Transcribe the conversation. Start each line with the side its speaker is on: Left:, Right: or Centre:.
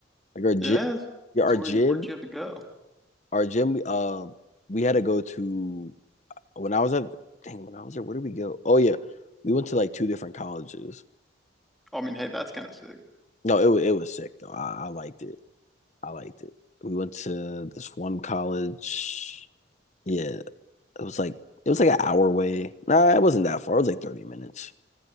Left: Like our gym,
Centre: Yeah.
Left: yeah, our
Centre: So
Left: gym,
Centre: where where'd you have to go?
Left: our gym. We um we had to go to when I was at dang when I was there. Where did we go? Oh yeah, we went to like two different colleges.
Centre: Oh, I mean, hey, that's kind of sick.
Left: No, it was it was sick though. I, I liked it. I liked it. We went to this one college. Yeah, it was like it was like an hour away. Nah, it wasn't that far. It was like 30 minutes.